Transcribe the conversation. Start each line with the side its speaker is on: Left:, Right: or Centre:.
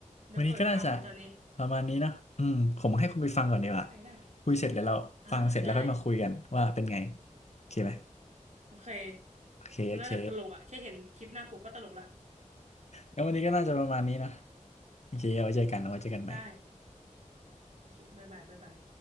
Right: เดี๋ยวเปิดฟังเลยตอนนี้
Left: วันนี้ก็น่าจะประมาณนี้เนาะอืมผมให้คุณไปฟังก่อนดีกว่า
Right: ได้ได้
Left: คุยเสร็จแล้วเราฟังเสร็จแล้วค่อยมาคุยกันว่าเป็นไง
Right: อ่าได้
Left: โอเคไหม
Right: โอเค
Left: โอเคโอเค
Right: มันน่าจะตลกอ่ะแค่เห็นคลิปหน้าปกก็ตลกละ
Left: งั้นวันนี้ก็น่าจะประมาณนี้นะโอเคเอาไว้เจอกันเอาไว้เจอกันใหม่
Right: ได้โอเคบ๊ายบายบ๊ายบาย